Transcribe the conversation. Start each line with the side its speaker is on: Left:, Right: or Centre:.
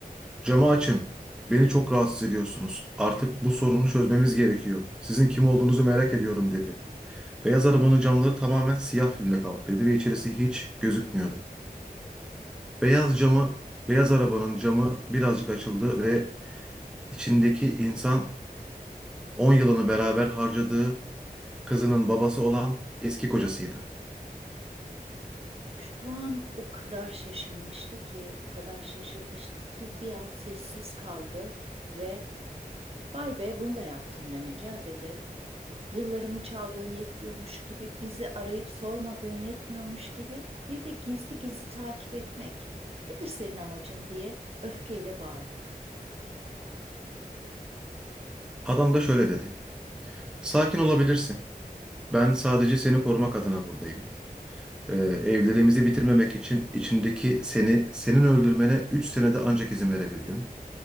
Centre: Camı açın. Beni çok rahatsız ediyorsunuz. Artık bu sorunu çözmemiz gerekiyor. Sizin kim olduğunuzu merak ediyorum dedi. Beyaz arabanın camları tamamen siyah filmle kaplıydı ve içerisi hiç gözükmüyordu. Beyaz camı, beyaz arabanın camı birazcık açıldı ve içindeki insan 10 yılını beraber harcadığı kızının babası olan eski kocasıydı.
Right: Şu an o kadar şaşırmıştı ki, o kadar şaşırmıştı ki bir an sessiz kaldı ve vay be bunu da yaptın demek ya dedi. Yıllarımı çaldığın yetmiyormuş gibi, bizi arayıp sormadığın yetmiyormuş gibi bir de gizli gizli takip etmek. Nedir senin amacın diye öfkeyle bağırdı.
Centre: Adam da şöyle dedi. Sakin olabilirsin. Ben sadece seni korumak adına buradayım. Ee, evliliğimizi bitirmemek için içindeki seni, senin öldürmene 3 senede ancak izin verebildim.